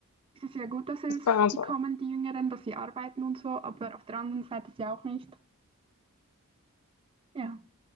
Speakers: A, on the right; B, on the left.
A: es ist ja gut, dass es
B: Das ist bei uns
A: die
B: auch
A: kommen, die Jüngeren, dass sie arbeiten und so, aber auf der anderen Seite ist ja auch nicht. Ja.